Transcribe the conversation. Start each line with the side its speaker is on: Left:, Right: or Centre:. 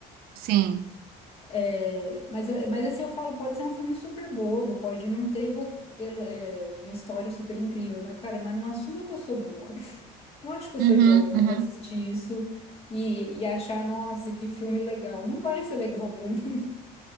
Right: sim.
Left: É, mas, eu- mas assim eu falo, pode ser um filme super bobo, pode não ter ro- ele- é, uma história super incrível, mas cara, mas não assuma que eu sou burra. <laughs> Não acho que eu
Right: Uhum,
Left: sou idiota,
Right: uhum.
Left: eu vou assistir isso e, e achar, nossa, que filme legal. Não vai ser legal pra <laughs> mim.